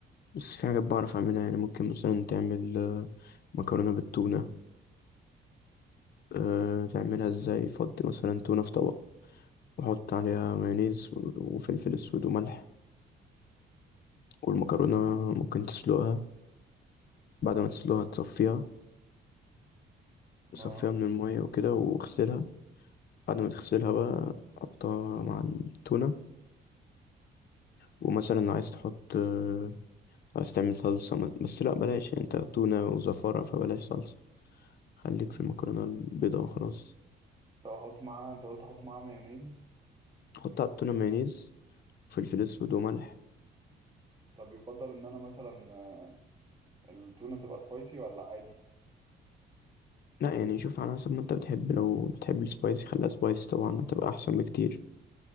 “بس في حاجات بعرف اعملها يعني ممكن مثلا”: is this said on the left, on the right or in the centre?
Left